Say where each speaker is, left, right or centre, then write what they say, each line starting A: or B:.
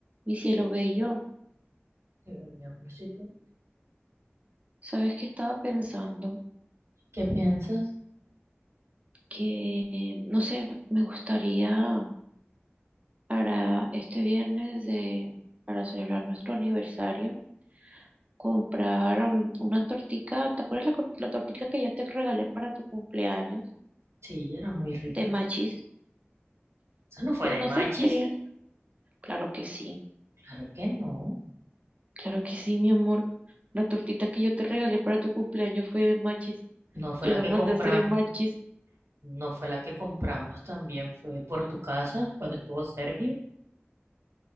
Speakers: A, on the right; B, on the right.
A: Mi cielo bello,
B: Yo era mi amorcito.
A: ¿sabes qué estaba pensando?
B: ¿Qué piensas?
A: Que, eh, no sé, me gustaría para este viernes de, para celebrar nuestro aniversario, comprar mm, una tortica, ¿te acuerdas la, cor- la tortica que ya te regalé para tu cumpleaños
B: Sí, era muy rica.
A: de machis?
B: Esa no fue
A: Pues
B: de
A: no
B: Machis.
A: sé, quería. Claro que sí,
B: Claro que no.
A: claro que sí, mi amor. La tortita que yo te regalé para tu cumpleaños fue de machis.
B: No fue
A: Yo
B: la
A: la
B: que
A: mandé
B: compramos.
A: a hacer en machis.
B: No fue la que compramos también. Fue por tu casa cuando estuvo Sergio.